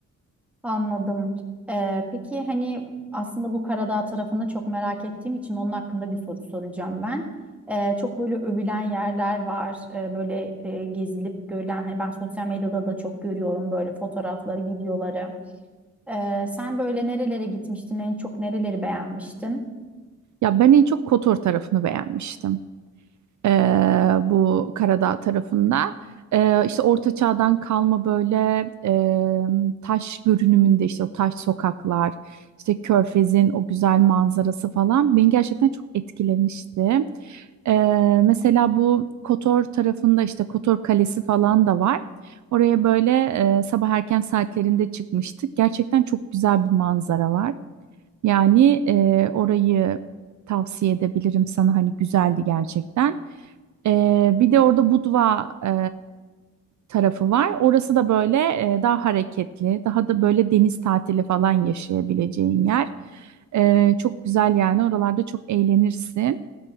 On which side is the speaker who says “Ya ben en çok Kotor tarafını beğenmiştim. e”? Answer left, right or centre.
Right